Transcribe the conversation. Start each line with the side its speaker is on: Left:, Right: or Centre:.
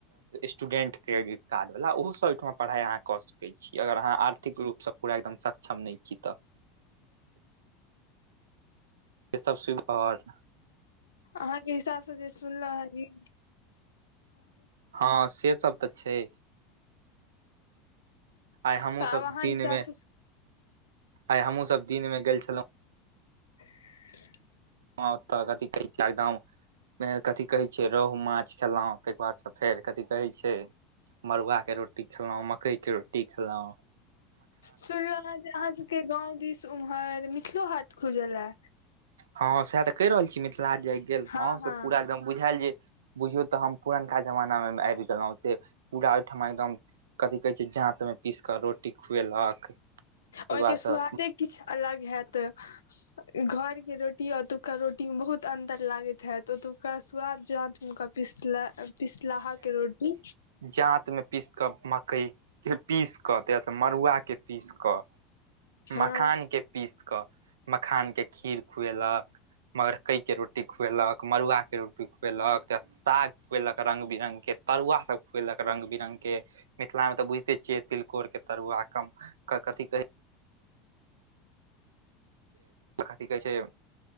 Right: स्टूडेंट क्रेडिट कार्ड वाल्ला ओहो सब ओठमा पढ़ाई अहाँ कऽ सकैत छी अगर अहाँ आर्थिक रूपसँ पूरा एकदम सक्षम नहि छी तऽ ई सब सुबिधा और
Left: अहाँके हिसाबसँ जे सुनलौं हे ई
Right: हँ से सब तऽ छै आइ हमूँ
Left: तऽ
Right: सब
Left: आब अहाँ
Right: तिन
Left: हिसाबसँ
Right: मे आइ हमहु सब दिन में गेल छलौहुँ
Left: <unintelligible>
Right: ह तऽ कथी कहै छै एकदम कथि कहै छै रोहु माछ खेलहुँ ताहिके बाद सँ फेर कथि कहै छै मड़ुआ के रोटी खेलौं मकई के रोटी खेलौं
Left: सुनलहुँ हे जे अहाँ सबके गांव दिस उम्हर मिथिलो हाट खुजले
Right: हँ सएह तऽ कहि रहल छी मिथिलाहाट जे आइ गेलौं
Left: हँ
Right: से
Left: हँ
Right: पूरा एकदम बुझायल जे बुझियौ तऽ हम पुरनका जमाना मे आबि गेलहुँ से पूरा ओहिठमा एकदम कथि कहे छै जाँत में पीस क रोटी खुएलक ताहिके
Left: ओहिके
Right: बादसँ
Left: स्वादे किछ अलग हेऽत घर के रोटी ओतुका रोटी मे बहुत अंतर लागैत हैैत ओतुका स्वाद ज हुनका पिसला पिसलाहाके रोटी
Right: जात में पीस क मकई के पीस क त से मड़ुआ के पीस क मखान
Left: हँ
Right: के पीस कऽ मखान के खीर खुएलक मकइके रोटी खुएलक मड़ुआके रोटी खुएलक त साग खुएलक रंग बिरंग के तरुआ सभ खुएलक रंग बिरंग के मिथिला मे तऽ बुझते छियै तिलकोर के तरुआ कम कथि कहै कथि कहै छै